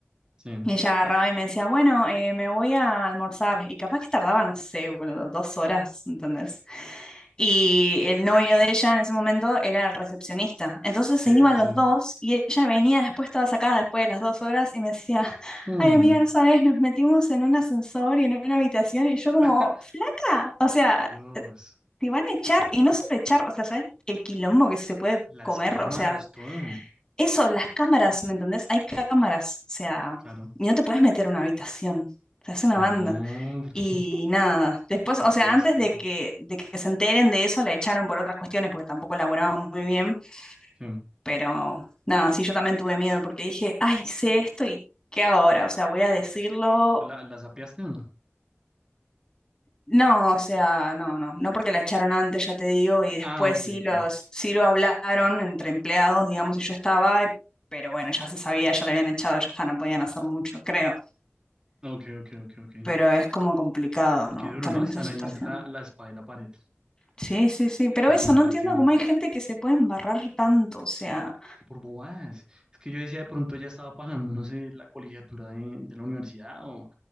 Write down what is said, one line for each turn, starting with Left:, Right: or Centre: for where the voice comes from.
Right: sí,
Left: y ella agarraba y me decía, bueno, eh, me voy a almorzar. Y capaz que tardaba, no sé, boludo, dos horas, ¿entendés? Y el novio de ella en ese momento era el recepcionista. Entonces
Right: sí,
Left: se iban
Right: sí, sí.
Left: los dos y ella venía después toda sacada después de las dos horas y me decía,
Right: Mm.
Left: ay amiga, no sabes, nos metimos en un ascensor y en una habitación y yo como,
Right: <laughs>
Left: flaca, o sea,
Right: Dios,
Left: te van a echar y no solo echar, o sea, ¿sabes el quilombo que se puede
Right: las
Left: comer?
Right: cámaras,
Left: O sea,
Right: todo.
Left: eso, las cámaras, ¿me entendés? Hay cámaras, o sea,
Right: Claro.
Left: y no te puedes meter a una habitación, te hace
Right: No,
Left: una banda.
Right: porque-
Left: Y nada, después, o sea,
Right: qué descaro.
Left: antes de que, de que se enteren de eso, la echaron por otras cuestiones, porque tampoco laburaban muy bien,
Right: Sí.
Left: pero nada, sí, yo también tuve miedo, porque dije, ay, sé esto y ¿qué ahora? O sea, voy a decirlo
Right: ¿La- ¿Las apiaste o no?
Left: No, o sea, no, no, no porque la echaron antes, ya te digo, y después
Right: Ah, ok,
Left: sí
Right: ok.
Left: los, sí lo hablaron entre empleados, digamos, y yo estaba, eh, pero bueno, ya se sabía, ya la habían echado, ya está, no podían hacer mucho, creo.
Right: Ok, ok, ok, ok.
Left: Pero es como complicado, ¿no?
Right: Qué duro,
Left: Estar
Right: ¿no?
Left: en
Right: Estar
Left: esa situación.
Right: ahí entre la, la espada y la pared.
Left: Sí, sí, sí, pero
Right: Y
Left: eso,
Right: que no
Left: no
Right: sea
Left: entiendo
Right: el que...
Left: cómo hay gente que se puede embarrar tanto, o sea,
Right: Por bobadas. Es que yo decía, de pronto ya estaba pagando, no sé, la colegiatura de, de la universidad o,